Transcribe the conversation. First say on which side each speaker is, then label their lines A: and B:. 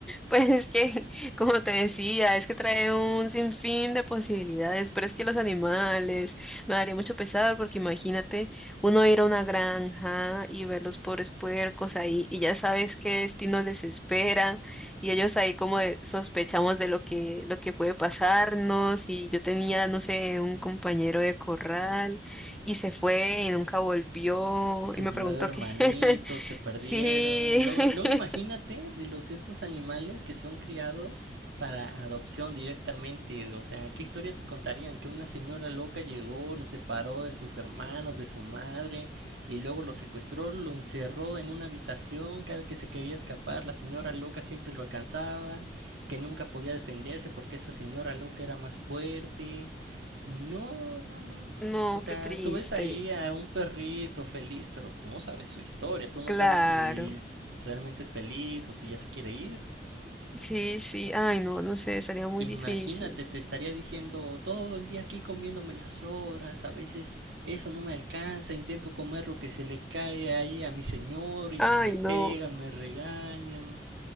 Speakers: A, in the centre; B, on the right.
A: Pues es que, como te decía, es que trae un sinfín de posibilidades, pero es que los animales me daría mucho pesar porque imagínate uno ir a una granja y ver los pobres puercos ahí y ya sabes qué destino les espera y ellos ahí como de- sospechamos de lo que, lo que puede pasarnos y yo tenía, no sé, un compañero de corral y se fue y nunca volvió
B: sus
A: y me
B: nueve
A: preguntó
B: hermanitos
A: qué. <laughs>
B: se perdieron.
A: Sí,
B: Luego, luego
A: <laughs>
B: imagínate de los estos animales que son criados para adopción directamente. O sea, ¿qué historia te contarían? Que una señora loca llegó, los separó de sus hermanos, de su madre, y luego los secuestró, lo encerró en una habitación. Cada que se quería escapar, la señora loca siempre lo alcanzaba, que nunca podía defenderse porque esa señora loca era más fuerte. No, no, no.
A: No,
B: O sea,
A: qué triste.
B: tú ves ahí a un perrito feliz, pero tú no sabes su historia, tú no
A: Claro.
B: sabes si realmente es feliz o si ya se quiere ir.
A: Sí, sí. Ay, no, no sé, sería muy
B: Imagínate,
A: difícil.
B: te estaría diciendo todo el día aquí comiéndome las sobras, a veces eso no me alcanza, intento comer lo que se le cae ahí a mi señor y
A: Ay,
B: me pegan,
A: no.
B: me regañan.